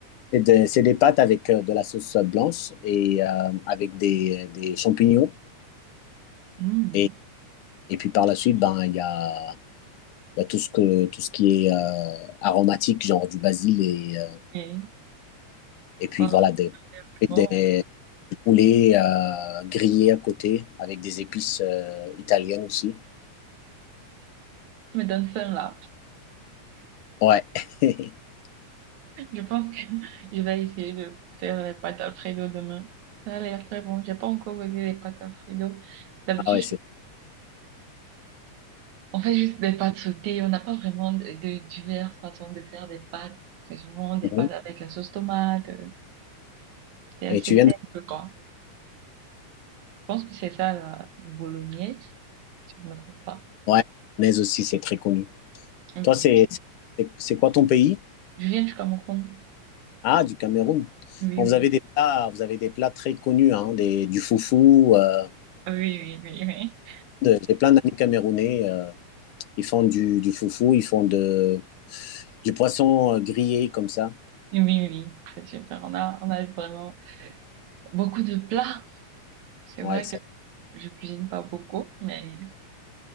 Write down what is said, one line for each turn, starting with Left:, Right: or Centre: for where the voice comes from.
Left: C'est de- c'est des pâtes avec euh, de la sauce euh, blanche et euh, avec des, des champignons.
Right: Mhm.
Left: Et, et puis par la suite, ben, il y a, il y a tout ce que, tout ce qui est euh, aromatique, genre du basil et, euh,
Right: Ok.
Left: et puis
Right: Oh,
Left: voilà, des,
Right: bon,
Left: des poulets euh, grillés à côté avec des épices euh, italiennes aussi.
Right: tu me donnes faim là.
Left: Ouais. <laughs>
Right: Je pense que <laughs> je vais essayer de faire les pâtes Alfredo demain. Ça a l'air très bon. J'ai pas encore goûté les pâtes Alfredo. D'habitude,
Left: Ah ouais, c'est
Right: je... on fait juste des pâtes sautées. On n'a pas vraiment de, de diverses façons de faire des pâtes. C'est souvent des
Left: très bon.
Right: pâtes avec la sauce tomate. euh, C'est assez
Left: Et tu viens
Right: simple,
Left: de...
Right: quoi. pense que c'est ça, la bolognaise, si je me trompe pas.
Left: Ouais, mais aussi, c'est très connu.
Right: Oui,
Left: Toi, c'est c'est c'est quoi ton pays?
Right: Je viens du Cameroun.
Left: Ah, du Cameroun.
Right: oui,
Left: Bon,
Right: oui,
Left: vous avez des plats, vous avez des plats très connus, hein, des, du foufou. euh,
Right: oui, oui, oui,
Left: de- j'ai plein d'amis camerounais. euh, ils font du, du foufou, ils font de, du poisson euh, grillé comme ça.
Right: oui, oui, oui, C'est super. On a, on a vraiment beaucoup de plats. C'est
Left: Ouais,
Right: vrai
Left: ça.
Right: que je cuisine pas beaucoup, mais